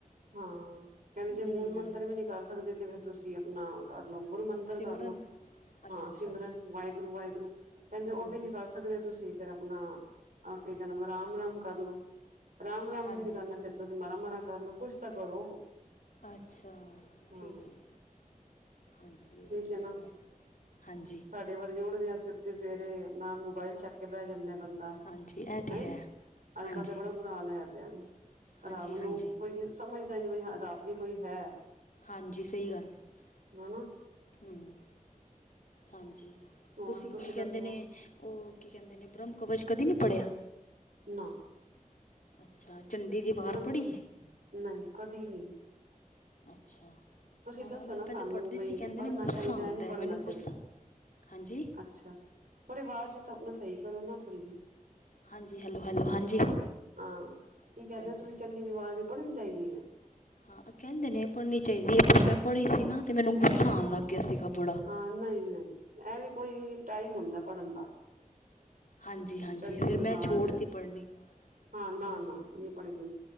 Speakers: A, on the right; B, on the left.
A: ਹਾਂ ਕਹਿੰਦੇ ਜੇ
B: ਹਮ,
A: ਮੂਲ ਮੰਤਰ ਵੀ ਨਹੀਂ ਕਰ ਸਕਦੇ ਤੇ ਫਿਰ ਤੁਸੀਂ ਆਪਣਾ ਕਰ ਲਓ, ਗੁਰੂ ਮੰ
B: ਸਿਮਰਨ
A: ਕਰਲਓ,
B: ਅੱਛਾ
A: ਹਾਂ
B: ਅੱਛਾ
A: ਸਿਮਰਨ ਵਾਹਿਗੁਰੂ -ਵਾਹਿਗੁਰੂ ਕਹਿੰਦੇ ਉਹ
B: ਹਾਂਜੀ
A: ਵੀ ਨੀ ਕਰ ਸਕਦੇ ਤੁਸੀਂ ਫੇਰ ਆਪਣਾ ਆਪ ਕਹਿ ਰਾਮ- ਰਾਮ ਕਰ ਲਓ, ਰਾਮ- ਰਾਮ
B: ਹਾਂਜੀ
A: ਵੀ ਨਹੀਂ ਕਰਨਾ ਫੇਰ ਤੁਸੀਂ ਮਾੜਾ-ਮਾੜਾ ਕਰਲੋ ਕੁਛ ਤਾਂ ਕਰੋ।
B: ਅੱਛਾ
A: ਹਾਂ
B: ਠੀਕ ਏ। ਹਾਂਜੀ
A: ਠੀਕ ਹੈ
B: ਵਧੀਆ,
A: ਨਾ।
B: ਹਾਂਜੀ।
A: ਸਾਡੇ ਵਰਗੇ ਉਠਦੇ ਆ ਛੇਤੀ ਸਵੇਰੇ ਨਾਲ ਮੋਬਾਇਲ ਚੱਕ ਕੇ ਬਹਿ ਜਾਂਦੇ ਆ। ਬੰਦਾ
B: ਹਾਂਜੀ ਇਹ ਤਾਂ
A: ਨ‌ਈ
B: ਹੈ
A: ਅੱਜ-ਕੱਲ
B: ਹਾਂਜੀ
A: ਤੇ ਬੜਾ। ਬੁਰਾ ਹਾਲ ਹੋਇਆ ਪਿਆ ਵੇ,
B: ਹਾਂਜੀ
A: ਰੱਬ
B: ਹਾਂਜੀ
A: ਨੂੰ ਕੋਈ ਸਮਝਦਾ ਨਹੀਂ ਬਈ ਰੱਬ ਵੀ ਕੋਈ ਹੈ।
B: ਹਾਂਜੀ ਸਹੀ ਗੱਲ ਏ,
A: ਹਨਾ।
B: ਹੂੰ‌, ਹਾਂਜੀ।
A: ਹੋਰ
B: ਤੁਸੀਂ ਕੀ ਕਹਿੰਦੇ
A: ਦੱਸੋ
B: ਨੇ, ਓਹ ਕੀ ਕਹਿੰਦੇ ਨੇ ਬ੍ਰਹਮ ਕਵਚ ਕਦੀ ਨੀ ਪੜ੍ਹਿਆ?
A: ਨਾ,
B: ਅੱਛਾ ਚੰਡੀ ਦੀ ਵਾਰ
A: ਮਤਲਬ
B: ਪੜ੍ਹੀ ਏ
A: ਮੈਨੂੰ ਕਦੀ ਨੀ।
B: ਅੱਛਾ, ਹਾਂ
A: ਦੱਸੋ
B: ਮੈਂ
A: ਨਾ
B: ਪਹਿਲੇ
A: ਸਾਨੂੰ
B: ਪੜ੍ਹਦੀ
A: ਬਈ
B: ਸੀ ਕਹਿੰਦੇ
A: ਪੜ੍ਹਨਾ
B: ਨੇ ਗੁੱਸਾ
A: ਚਾਹੀਦਾ
B: ਆਂਦਾ
A: ਨਹੀਂ
B: ਐ,
A: ਪੜ੍ਹਨਾ
B: ਮੈਨੂੰ
A: ਚਾਹੀਦਾ
B: ਗੁੱਸਾ ਹਾਂਜੀ?
A: ਅੱਛਾ ਥੋੜੀ ਆਵਾਜ਼ ਤਾਂ ਆਪਣਾ ਸਹੀ ਕਰੋ ਨਾ ਥੋੜ੍ਹੀ ਜਹੀ।
B: ਹਾਂਜੀ ਹੈਲੋ ਹੈਲੋ ਹਾਂਜੀ
A: ਹਾਂ, ਕੀ
B: ਹਾਂਜੀ
A: ਕਹਿਣੇ ਓ ਤੁਸੀਂ ਚੰਡੀ ਦੀ ਵਾਰ ਵੀ ਪੜਨੀ ਚਾਹੀਦੀ ਹੈ?
B: ਹਾਂ, ਕਹਿੰਦੇ ਨੇ ਪੜ੍ਹਨੀ ਚਾਹੀਦੀ ਐ, ਪਰ ਮੈਂ ਪੜ੍ਹੀ ਸੀ ਨਾ ਤੇ ਮੈਨੂੰ ਗੁੱਸਾ ਆਣ ਲੱਗ ਗਿਆ ਸੀ ਗਾ ਬੜਾ।
A: ਹਾਂ, ਨਹੀਂ ਨਹੀਂ ਇਹ ਵੀ ਕੋਈ ਟਾਈਮ ਹੁੰਦਾ ਪੜ੍ਹਨ ਦਾ।
B: ਹਾਂਜੀ-ਹਾਂਜੀ,
A: ਚੰਡੀ
B: ਫੇਰ
A: ਦੀ
B: ਮੈਂ
A: ਵਾਰ
B: ਛੋੜ ਤੀ ਪੜ੍ਹਨੀ।
A: ਹਾਂ ਨਾ
B: ਹਾਂਜੀ
A: ਨਾ ਨ‌ਈ ਪੜੀ ਹੋਈ।